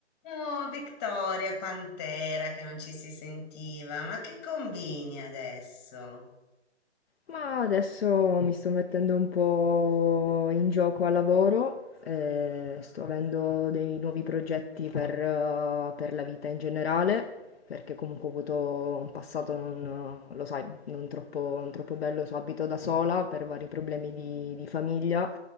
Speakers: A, on the left; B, on the left.
A: Oh, Vittoria, quant'era che non ci si sentiva? Ma che combini adesso?
B: Ma adesso mi sto mettendo un po' in gioco al lavoro, ehm, sto avendo dei nuovi progetti per, eh, per la vita in generale, perché comunque ho avuto un passato, non, lo sai, non troppo, non troppo bello, so, abito da sola per vari problemi di, di famiglia